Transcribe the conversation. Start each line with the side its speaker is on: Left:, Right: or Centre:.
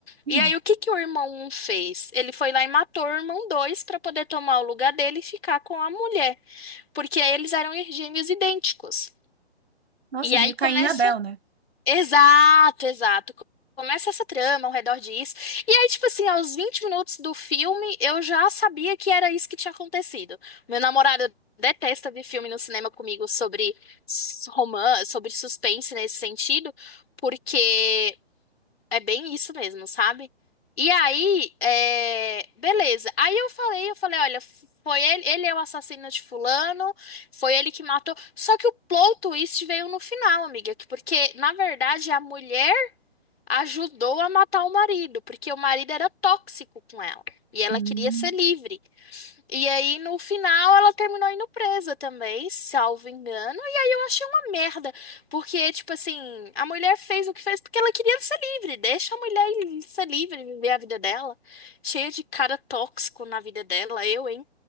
Right: Uhum.
Left: e aí, o que que o irmão um fez? Ele foi lá e matou o irmão 2 para poder tomar o lugar dele e ficar com a mulher, porque eles eram gêmeos idênticos.
Right: Nossa,
Left: E aí
Right: meio
Left: começa.
Right: Caim e Abel, né?
Left: Exato, exato. Começa essa trama ao redor disso. E aí, tipo assim, aos 20 minutos do filme, eu já sabia que era isso que tinha acontecido. Meu namorado detesta ver filme no cinema comigo sobre romance, sobre suspense nesse sentido, porque é bem isso mesmo, sabe? E aí, é, beleza. Aí eu falei, eu falei, olha, f- foi ele, ele é o assassino de fulano, foi ele que matou. Só que o plot twist veio no final, amiga, que- porque na verdade a mulher ajudou a matar o marido, porque o marido era tóxico com ela e ela
Right: Hum.
Left: queria ser livre. E aí, no final, ela terminou indo presa também, salvo engano. E aí eu achei uma merda, porque, tipo assim, a mulher fez o que fez porque ela queria ser livre. Deixa a mulher ir- ser livre, viver a vida dela. Cheia de cara tóxico na vida dela, eu, hein?